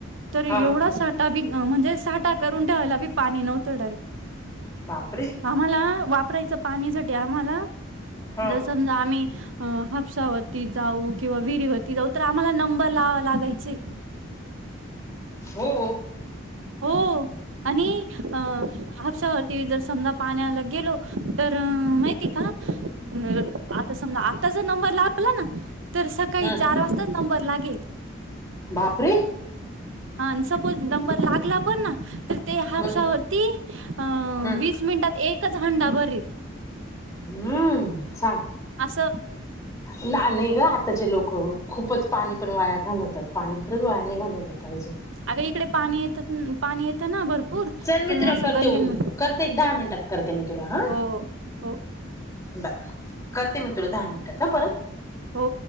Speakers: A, on the right; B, on the left.
A: तर
B: हा
A: एवढा ठा <unintelligible> म्हणजे साठा करून ठेवायला बी पाणी नव्हतं डायरेक्ट
B: बापरे-
A: आम्हाला वापरायचं पाणीसाठी आम्हाला
B: हा
A: ज समजा आम्ही- अ.. हापसा वरती जाऊ किंवा विहिरीवरती जाऊ तर आम्हाला नंबर लावावा लागायचे.
B: हो...
A: हो आणि अ हपसा- ते जर समजा पाण्याला गेलो तर माहिती का? हम्म, आता समजा आता जर नंबर लावला ना तर सकाळी
B: हम्म
A: चार वासताच नंबर लागेल.
B: बापरे.
A: हा आणि सपोज नंबर लागला पण ना तर ते हापशावरती
B: हम्म
A: अ
B: हम्म
A: वीस मिनिटात एकच हांडा भरेल.
B: हम्म, छान.
A: अस.
B: लाआन हे ग आताचे लोक खूपच पाणी पण वाया घालवत पाणी खरंच वाया नाही घालवलं पाहिजे.
A: अगं इकडे पाणी येतंन पाणी येतना भरपूर
B: चल मी
A: तर
B: तुला
A: असं
B: करते
A: गल्लीन
B: उल करते एक दहा मिनिटात करते मी तुला हा,
A: हो हो
B: बाय, करते मी तुला दहा मिनटात हा परत.
A: हो...